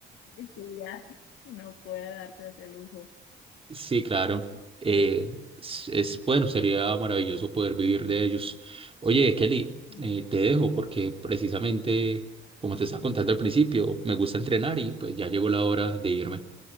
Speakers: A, on the left; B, on the right.
A: que estudiar, no puede darse ese lujo.
B: Sí, claro. Eh, es, es- bueno, sería maravilloso poder vivir de ellos. Oye, Kelly,
A: Mm.
B: eh, te dejo porque precisamente, como te estaba contando al principio, me gusta entrenar y pues ya llegó la hora de irme.